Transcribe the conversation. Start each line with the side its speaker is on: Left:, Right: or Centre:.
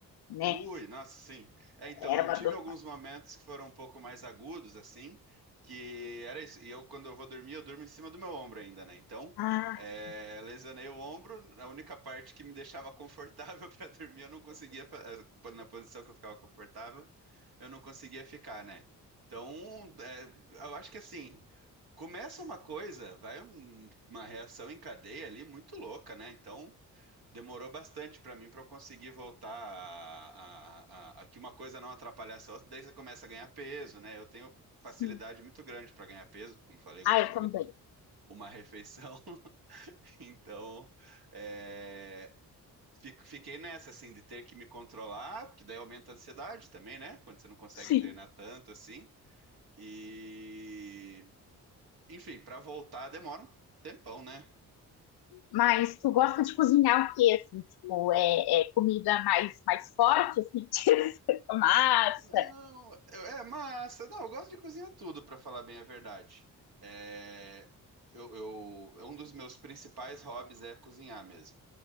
Left: né?
Right: Ui, nossa, sim. É, então,
Left: Era
Right: eu
Left: uma
Right: tive
Left: dor.
Right: alguns momentos que foram um pouco mais agudos, assim, que era isso. E eu, quando eu vou dormir, eu durmo em cima do meu ombro ainda, né? Então,
Left: Ah,
Right: é,
Left: sim.
Right: lesionei o ombro, a única parte que me deixava confortável <laughs> para dormir, eu não conseguia, fa- eh, na posição que eu ficava confortável, eu não conseguia ficar, né? Então, é, eu acho que assim, começa uma coisa, vai um- uma reação em cadeia ali muito louca, né? Então. Demorou bastante para mim para eu conseguir voltar a, a- a- a que uma coisa não atrapalhasse a outra. Daí você começa a ganhar peso, né? Eu tenho facilidade
Left: sim.
Right: muito grande para ganhar peso, como falei, gosto
Left: Ah, eu
Right: muito
Left: também.
Right: de uma refeição. <laughs> Então, é, fico- fiquei nessa, assim, de ter que me controlar, porque daí aumenta a ansiedade também, né? Quando você não consegue
Left: Sim.
Right: treinar tanto assim. E, enfim, para voltar demora um tempão, né?
Left: Mas tu gosta de cozinhar o quê, assim? Tipo, é, é comida mais, mais forte, assim, <laughs> tipo massa?
Right: Não, eu- é massa. Não, eu gosto de cozinhar tudo, pra falar bem a verdade. É, eu, eu- um dos meus principais hobbies é cozinhar mesmo.